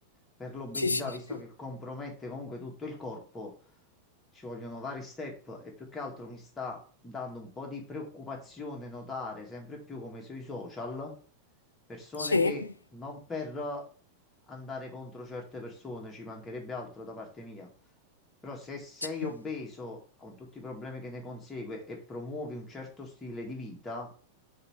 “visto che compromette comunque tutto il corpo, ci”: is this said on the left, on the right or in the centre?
Left